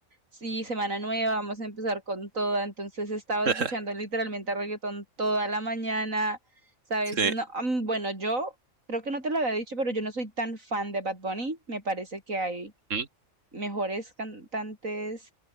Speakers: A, on the right; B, on the right.
A: Sí, semana nueva, vamos a empezar con toda. Entonces estaba
B: <laughs>
A: escuchando literalmente reggaetón toda la mañana, ¿sabes?
B: Sí,
A: No, am, bueno, yo creo que no te lo había dicho, pero yo no soy tan fan de Bad Bunny. Me parece que hay
B: ¿Mm?
A: mejores cantantes.